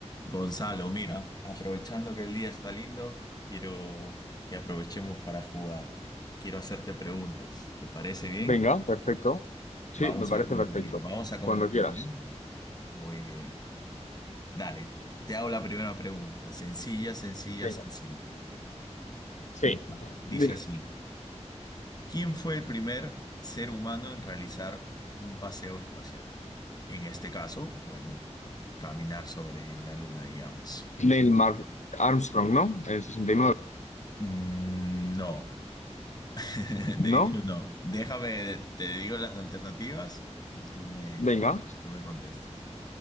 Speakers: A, on the left (about 35°); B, on the left (about 80°).
A: Gonzalo, mira, aprovechando que el día está lindo, quiero que aprovechemos para jugar. Quiero hacerte preguntas. ¿Te parece bien?
B: Venga, perfecto. Sí,
A: Vamos
B: me parece
A: a competir,
B: perfecto.
A: vamos a competir,
B: Cuando quieras.
A: ¿eh? Muy bien. Dale, te hago la primera pregunta. Sencilla, sencilla,
B: Venga.
A: sencilla.
B: Sí.
A: Mira, Dice
B: Mira,
A: así, ¿quién fue el primer ser humano en realizar un paseo espacial? En este caso, bueno, caminar sobre la luna, digamos.
B: Neil Mar- Armstrong, ¿no? En el 69.
A: Mm, No. <laughs> De
B: ¿No?
A: hecho, no. Déjame, te digo las alternativas y tú me,
B: Venga.
A: tú me contestas.